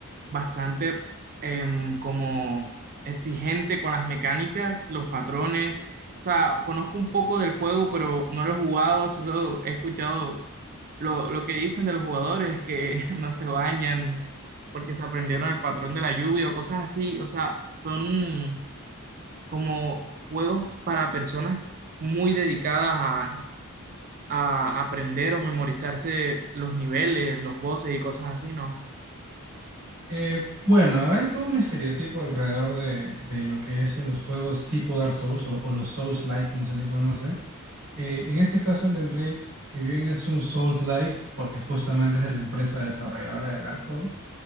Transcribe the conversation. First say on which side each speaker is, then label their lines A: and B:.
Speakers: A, on the right; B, on the right.
A: bastante em, como exigente con las mecánicas, los patrones. O sea, conozco un poco del juego, pero no lo he jugado, solo he escuchado lo, lo que dicen de los jugadores, que <laughs> no se bañan porque se aprendieron el patrón de la lluvia o cosas así. O sea, son como juegos para personas muy dedicadas a, a aprender o memorizarse los niveles, los voces y cosas así, ¿no?
B: Eh, bueno, hay todo un estereotipo alrededor de, de lo que es en los juegos tipo Dark Souls o, o los Souls-like, como se le conoce. Eh, en este caso, Elden Ring, si bien es un Souls-like, porque justamente es de la empresa desarrolladora de Dark Souls,